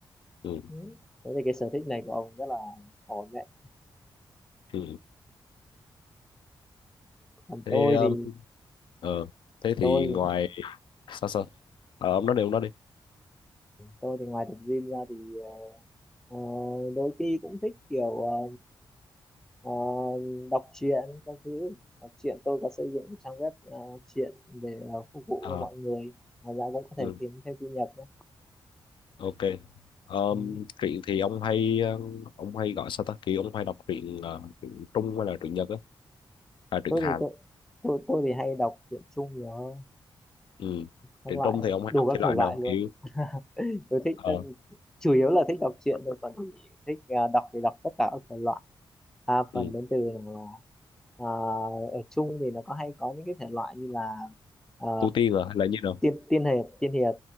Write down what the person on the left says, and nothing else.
ừ.
Ừ.
thế
um,
ờ, thế thì
ngoài sao sao Ờ, ông nói đi ông nói đi
Ờ,
ừ.
ok um,
truyện thì ông hay ờ, ông hay gọi sao ta kỳ ông hay đọc truyện ờ, truyện Trung hay là truyện Nhật á à, truyện
Hàn
ừ.
truyện
Trung thì ông hay
đọc
thể loại
nào
kiểu
ờ,
ừ.
tu tiên à hay là như nào